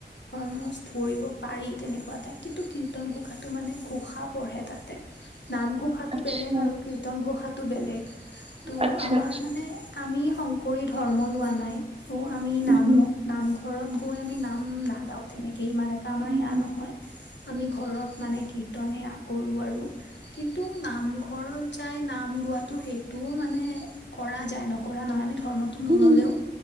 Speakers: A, on the left; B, on the right.
A: অলমষ্ট ধৰিব পাৰি তেনেকুৱা তাত, কিন্তু কীৰ্তন ঘোষাটো মানে ঘোষা পঢ়ে তাতে। নামঘোষাটো
B: আচ্ছা
A: বেলেগ আৰু কীৰ্তন ঘোষাটো বেলেগ। তো'
B: আচ্ছা
A: আমাৰ
B: আচ্ছা
A: মানে আমি শংকৰী ধৰ্ম লোৱা নাই। ত' আমি নাম
B: উম উম
A: নামঘ ঘৰত গৈ আমি নাম নাগাওঁ তেনেকে ইমান এটা আমাৰ
B: উম
A: সেয়া নহয়। আমি ঘৰত মানে কীৰ্তন সেয়া কৰোঁ আৰু কিন্তু নামঘৰত যাই নাম গোৱাটো সেইটোও মানে কৰা যায়, নকৰা নহয় আমিটো ধৰ্মটো নল'লেও
B: উম উম